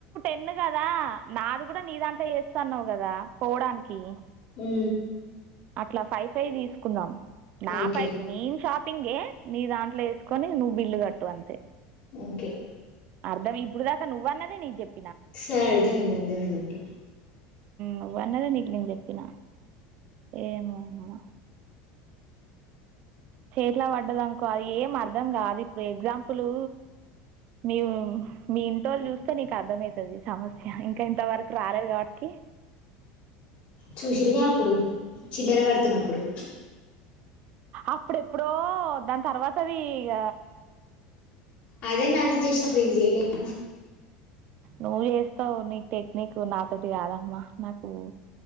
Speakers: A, on the right; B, on the left.
A: ఉన్న కదా నాది కూడా నీ దాంతా చేస్తున్నావు కదా పోడానికి
B: ఉ
A: అట్ల ఫైవ్ ఫైవ్ తీసుకుందాం నాపైై
B: ఓకే
A: నేను షాప్ పింగే నీ దాంట్లో వేసుకొని నువ్వు బిల్లు కట్టు అంతే
B: ఇంకే
A: అర్థం ఇప్పుడు దాక నువ్వన్నదే నీ క్ చెప్
B: సరే అర్ధమైంది అర్ధమైంది ఓకె
A: నువ్వన్నదే నీకు నేన్ చెప్పిన ఏమో మ చేట్ల పడ్డదనుకో అది ఏం అర్ధం కాదు ఇప్పుడు ఎగ్జాంపులు మీ మీ ఇంటోళ్ళు చూస్తే నీకు అర్థమయితది సమస్య ఇంక ఇంతవరకు రాలేదు కాబట్టికి
B: చూసిరిగ అప్పుడు చిల్లెర కడుతున్నప్పుడు
A: అప్పుడెప్పుడో దాని తర్వాతది ఇగ
B: అదే మేనేజ్ చేసినప్పుడు ఇది చేయలేవా
A: నువ్వు చేస్తావ్ నీక్ టెక్నిక్ నాతోటి కాదమ్మా నాకు